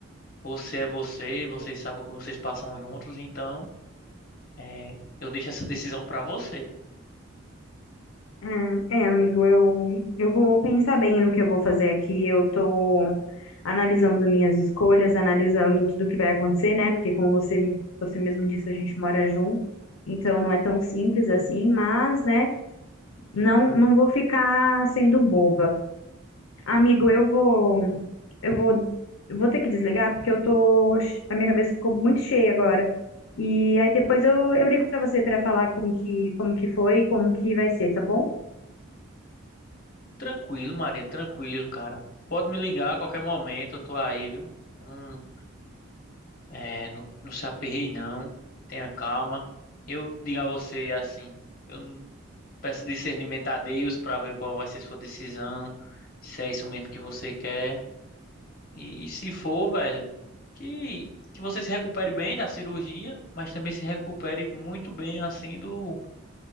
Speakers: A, on the left; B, on the left.
A: você é você, vocês sabem o que vocês passam juntos, então, é, eu deixo essa decisão pra você.
B: Ah, É, amigo, eu, eu vou pensar bem no que eu vou fazer aqui. Eu tô analisando as minhas escolhas, analisando tudo que vai acontecer, né? Porque como você, você mesmo disse, a gente mora junto, então não é tão simples assim, mas, né, não, não vou ficar sendo boba. Amigo, eu vou, eu vou, vou ter que desligar porque eu tô, a minha cabeça ficou muito cheia agora. E aí depois eu, eu ligo pra você pra falar como que, como que foi, e como que vai ser, tá bom?
A: Tranquilo, Maria, tranquilo, cara. Pode me ligar a qualquer momento, eu tô aí, viu? Não, é, não, não se aperrei, não. Tenha calma. Eu digo a você assim, eu não- peço discernimento a Deus pra ver qual vai ser sua decisão, se é isso mesmo que você quer. E, se for, velho, que, que você se recupere bem da cirurgia, mas também se recupere muito bem assim do